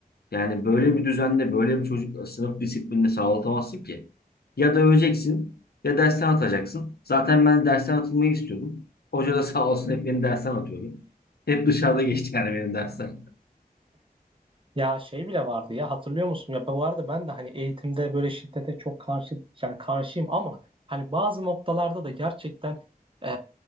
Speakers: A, on the left (about 80°); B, on the right (about 35°).
A: Yani böyle bir düzende böyle bir çocuk sınıf disiplini sağlatamazsın ki. Ya döveceksin ya dersten atacaksın. Zaten ben dersten atılmayı istiyordum. Hoca da sağ olsun hep beni dersten atıyordu. Hep dışarıda geçti yani benim dersler.
B: Ya şey bile vardı ya hatırlıyor musun? Ya bu arada ben de hani eğitimde böyle şiddete çok karşı yani karşıyım ama hani bazı noktalarda da gerçekten eee,